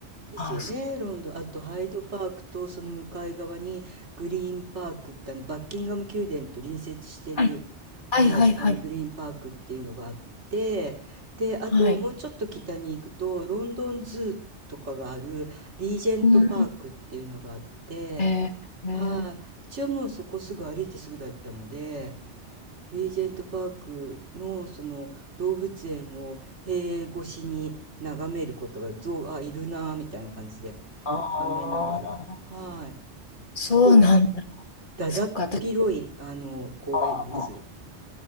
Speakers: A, on the right; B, on the left.
A: ですよね、
B: あ、そう。
A: ロンドン。あとハイドパークとその向かい側にグリーンパークってあのバッキンガム宮殿と隣接してる、
B: はい、
A: はい、
B: はい、はい、
A: あのグリーンパークっていうのがあって、
B: はい。
A: で、あともうちょっと北に行くとロンドンズーとかがあるリージェントパークっていうのがあって、
B: はい。うん。えー、えー
A: はい、うちはもうそこすぐ歩いてすぐだったので、リージェントパークのその動物園を塀越しに眺めることが象があいるなーみたいな感じで
B: ああ、
A: 眺めながらはい
B: そうなんだ。
A: すごいだだっ広いあの公園です。
B: そっか、私、あー